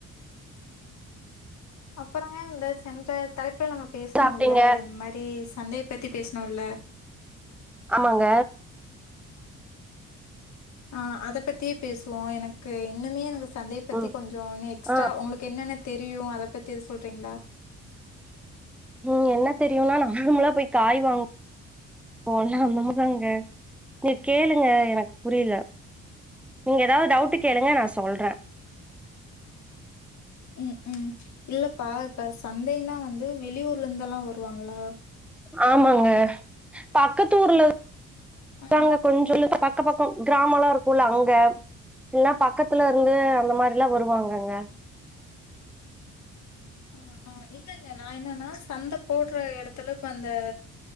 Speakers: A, on the left; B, in the centre.
A: அப்பறங்க இந்த சென்ற தலைப்புல நம்ம பேசணோல்ல
B: சாப்ட்டீங்க
A: இந் மாரி சந்தையப் பத்தி பேஸ்னோல்ல
B: ஆமாங்க
A: ஆ அத பத்தியே பேசுவோ எனக்கு இன்னுமே எனக்கு சந்தைய பத்தி
B: ம்
A: கொஞ்சோ இன்னு எக்ஸ்ட்ரா
B: ஆ
A: உங்களுக் கு என்னென்ன தெரியு அதப் பத்தி எது சொல்றீங்ளா
B: ம் என்ன தெரியுனா நார்மலா போய் காய் வாங் குவோல்ல <inaudible> நீங்க கேளுங்க எனக்கு புரிய்ல நீங்க ஏதாது டவுட் கேளுங்க நா சொல்ற
A: ம் உம் இல்லப்பா இப்ப சந்தைன்னா வந்து வெளியூர்ல இருந்துல்லா வருவாங்களா
B: ஆமாங்க பக்கத்தூர்ல விப்பாங்க
A: ஆ,
B: கொஞ்ச <inaudible> அக்க பக்கொ கிராமோல்லா இருக்குல்ல அங்க இல்ல பக்கத்துல இருந்து அந்த மார்ல்லா
A: ம்,
B: வருவாங்கங்க
A: ஆ ஆ இல்ல இல்ல நா என்னன்னா சந்த போடுற எடத்துல இப்போ அந்த